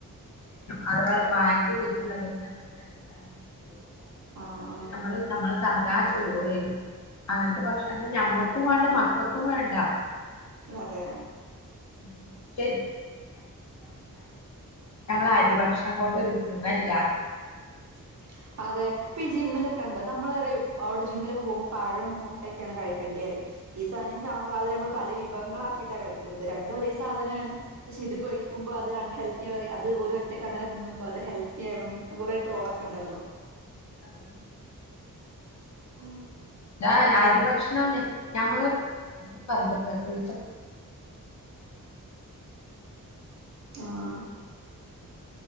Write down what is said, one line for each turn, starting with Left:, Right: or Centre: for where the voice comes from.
Left: അതുപോലെ വായക്ക <unintelligible>
Right: ആഹ്
Left: പക്ഷെ നമ്മള് നമ്മള് സാദാ ചോറ് അങ്ങനത്തെ ഭക്ഷണങ്ങള് ഞമ്മക്കും വേണ്ട മക്കൾക്കും വേണ്ട
Right: അതെ
Left: <unintelligible> നമ്മള അരിഭക്ഷണം കൊണ്ട് ഒരു ഗുണ ഇല്ല
Right: <unintelligible> അതെ ഇപ്പൊ ഈ ജിമ്മിലൊക്കെ ഉണ്ടോ നമ്മൾ പറയും അവിടെ ജിമ്മിലൊക്കെ പോകുമ്പോൾ പഴം മുട്ടയൊക്കെയാണ് കഴിക്കണ്ടേ റയും. ഈ സെയിം സാധനം നമ്മൾ പല വിഭവങ്ങളാ ആാക്കിയിട്ടാ കഴിക്കുന്നത് രണ്ടും ഒരേ സാധനാണ്. പക്ഷെ ഇത് കഴിക്കുമ്പോ അത് അൺഹെൽത്തിയാ പറയും അത് ഓര് ഒറ്റയ്ക്ക് അങ്ങനെ തിന്നുമ്പോ അത് ഹെൽത്തി ആണന്ന്. കുറെേ ഡ്രോൾ ഒക്കെ
Left: ആഹ്
Right: ഉണ്ടല്ലോ?
Left: അതന്നെ
Right: ഉ
Left: ഞാൻ അരി ഭക്ഷണ ഞമ്മള് <unintelligible> <unintelligible> <unintelligible>
Right: ആഹ്